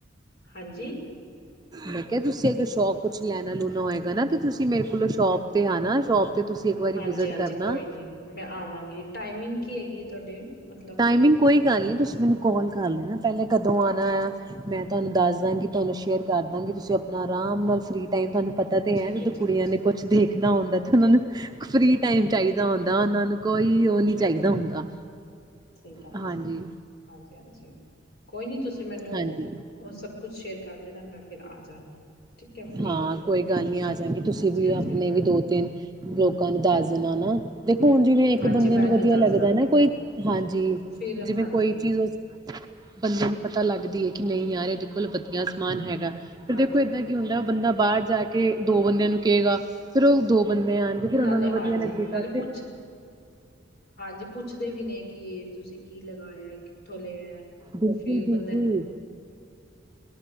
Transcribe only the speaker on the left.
ਹਾਂਜੀ।
ਹਾਂਜੀ-ਹਾਂਜੀ
ਕੋਈ ਨੀ ਮੈਂ ਆਵਾਂਗੀ ਟਾਈਮਿੰਗ ਕੀ ਹੈਗੀ। ਤੁਹਾਡੇ ਮਤਲਬ
ਠੀਕ
ਠੀਕ
ਹੈ
ਸਹੀ
ਗੱਲ
ਹੈ ਸਹੀ ਗੱਲ
ਸੀ, ਹਾਂਜੀ ਹਾਂ ਜੀ, ਕੋਈ ਨੀ ਤੁਸੀਂ ਤੇ ਮੈਨੂੰ,
ਉਹ ਸਭ ਕੁੱਛ ਸ਼ੇਅਰ ਕਰ ਦੇਣਾ, ਮੈਂ ਫਿਰ ਆ ਜਾਗੀ ਠੀਕ ਹੈ ਫ੍ਰਰੀ
ਹੋ ਕੇ
ਹਾਂਜੀ
ਹਾਂਜੀ
ਹਾਂਜੀ
ਹਾਂਜੀ
ਮੈਂ
ਅੱਗੇ
ਦੱਸ
ਦਾਂਗੀ
ਹਾਂ
ਫਿਰ
ਹਾਂਜੀ
ਹਾਂਜੀ
ਨਾਲੇ
ਹਾਂਜੀ,
ਨਾਲੇ
ਪੁੱਛ, ਹਾਂਜੀ ਪੁੱਛਦੇ ਵੀ ਨੇ ਕੀ ਤੁਸੀਂ ਕੀ ਲਗਾਇਆ? ਕਿੱਥੋਂ ਲਿਆ?
ਫਿਰ
ਬੰਦਾ